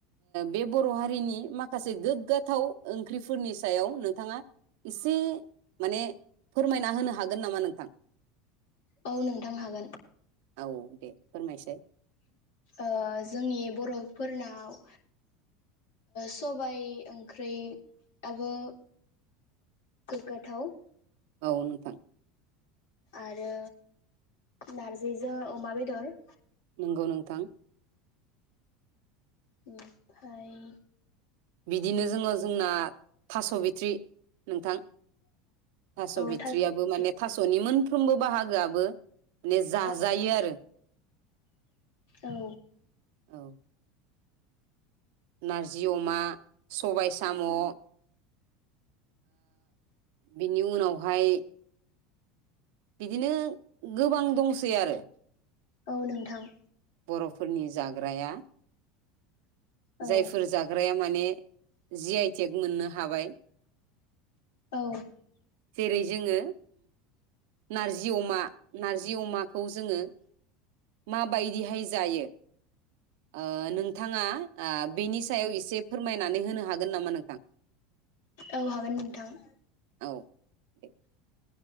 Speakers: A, on the right (about 70°); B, on the left (about 75°).
A: बे बर' हारिनि माखासे गोग्गाथाव ओंख्रिफोरनि सायाव नोंथाङा एसे माने फोरमायना होनो हागोन नामा नोंथां
B: औ नोंथां हागोन
A: औ दे फोरमायसै
B: ओ जोंनि बर'फोरनाव सबाय ओंख्रैआबो गोग्गाथाव
A: औ नोंथां
B: आरो नारजिजो अमा बेदर
A: नंगौ नोंथां
B: ओमफाय
A: बिदिनो जोङो जोंना थास' बिथ्रि नोंथां थास'
B: औ
A: बिथ्रियाबो
B: ओंख्रि
A: माने थास'नि मोन साफ्रोमबो बाहागोआबो माने जाजायो
B: औ
A: आरो
B: औ
A: औ नारजि अमा सबाय साम' ओ बिनि उनावहाय बिदिनो गोबां दंसै आरो
B: औ नोंथां
A: बर'फोरनि जाग्राया
B: औ
A: जायफोर जाग्राया माने जि आइ टेक मोननो हाबाय
B: औ
A: जेरै जोङो नारजि अमा नारजि अमाखौ जोंङो माबायदि जायो ओ नों थाङा आ बेनि सायाव एसे एसे फोरमायनानै होनो हागोन नामा नोंथां
B: औ हागोन नोंथां
A: औ दे